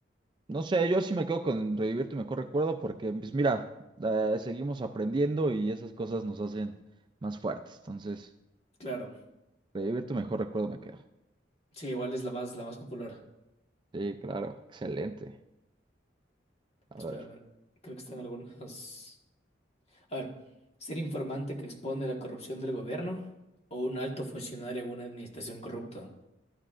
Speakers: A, on the right; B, on the left.
A: no sé. Yo sí me quedo con revivir tu mejor recuerdo porque, pues mira, eh, seguimos aprendiendo y esas cosas nos hacen más fuertes. Entonces,
B: Claro.
A: revivir tu mejor recuerdo me quedo.
B: Sí, igual es la más, la más popular.
A: Sí, claro, excelente. A
B: Espérame,
A: ver.
B: creo que están algunas... A ver, ¿ser informante que expone la corrupción del gobierno o un alto funcionario en una administración corrupta?